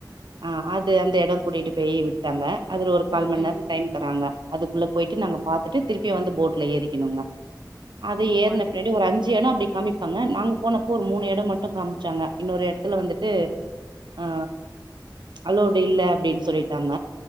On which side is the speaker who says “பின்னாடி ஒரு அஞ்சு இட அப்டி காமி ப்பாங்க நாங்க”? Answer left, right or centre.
Right